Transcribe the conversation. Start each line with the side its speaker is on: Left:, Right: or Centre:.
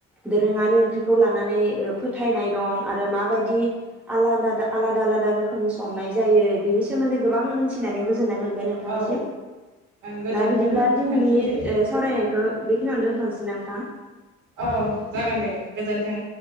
Centre: दोरोङारि ओंख्रिखौ लानानै ओ फोथायनाय दं आरो माबायदि आलाद आलादा आलादा रोखोमनि संनाय जायो बेनि सोमोन्दै गोबां मोनथिनानै गोजोननाय मोन बाय नोंथांनिसिम
Right: औ ओं गोजोन्थों
Centre: दा बिदिब्ला
Right: नोंथांसिमबो
Centre: दिनैनि ओ सावरायनायखौ बेखिनि यावनो दोनथ'नोसै ना नोंथां?
Right: औ जागोन दे। गोजोन्थों।